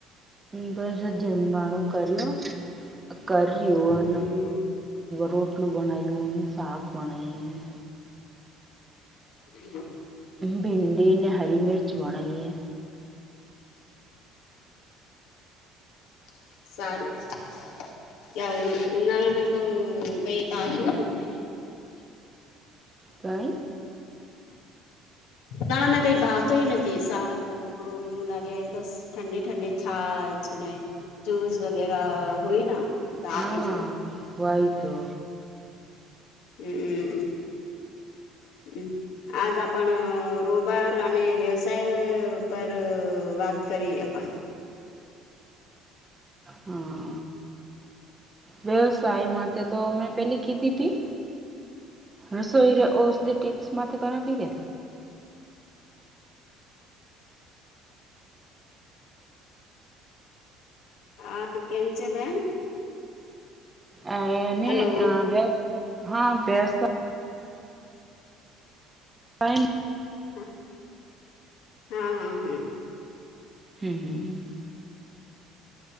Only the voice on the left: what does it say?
હમ
હ
સારું ઉનાળામાં તો <unintelligible>
ના મેં કઈ ભાવતોય નથી શાક રોટલો એવું લાગે બસ ઠંડી ઠંડી છાશ્ જૂસ વગેરા હોય ના તો
આપી જયું
હમ હમ હમ હમ આજ આપણ રોબાર અને વ્યવસાય પર વાત કરી આપ હ
આ કેમ છે બેન
હલો
હા હા હા હમ